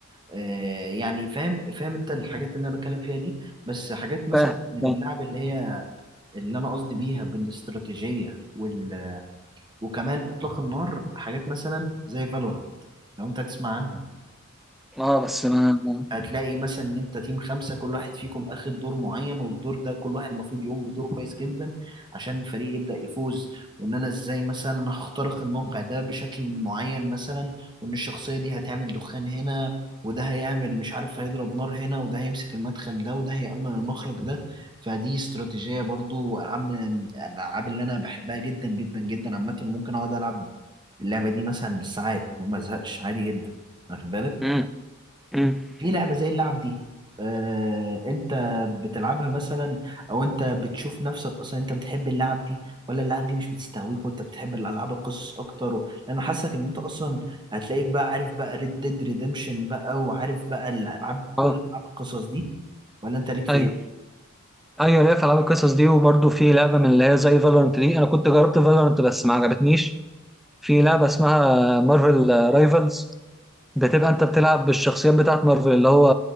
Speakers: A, on the right; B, in the centre.
A: آه، يعني فاهم فاهم انت الحاجات اللي انا بتكلم فيها دي بس حاجات مثلا
B: فاهم
A: من
B: فاهم.
A: اللعب اللي هي اللي انا قصدي بيها بالاستراتيجية وال... وكمان اطلاق النار حاجات مثلا زي فالورانت لو انت تسمع عنها
B: اه بس ما ما-
A: هتلاقي مثلا ان انت تيم خمسة كل واحد فيكم اخد دور معين والدور ده كل واحد المفروض يقوم بدور كويس جدا عشان الفريق يبدأ يفوز وان انا ازاي مثلا انا هخترق الموقع ده بشكل معين مثلا وان الشخصية دي هتعمل دخان هنا وده هيعمل مش عارف هيضرب نار هنا وده هيمسك المدخل ده وده هيأمن المخرج ده فدي استراتيجية برضو ألعاب من الألعاب اللي أنا بحبها جدا جدا جدا عامة وممكن أقعد ألعب اللعبة دي مثلا بالساعات وما أزهقش عادي جدا واخد بالك
B: امم امم
A: في لعبة زي اللعب دي آه، انت بتلعبها مثلا او انت بتشوف نفسك اصلا انت بتحب اللعب دي ولا اللعب دي مش بتستهويك وانت بتحب الالعاب القصص اكتر و... لان حاسك ان انت اصلا هتلاقيك بقى عارف بقى ريد ديد ريديمشن بقى وعارف بقى الالعاب كل
B: اه
A: العاب القصص دي ولا انت ليك في
B: ايوه
A: ايه
B: ايوه ليا في العاب القصص دي وبرده في لعبه من اللي هي زي فالورنت دي انا كنت جربت فالورنت بس ما عجبتنيش في لعبه اسمها مارفل رايفلز بتبقى انت بتلعب بالشخصيات بتاعت مارفل اللي هو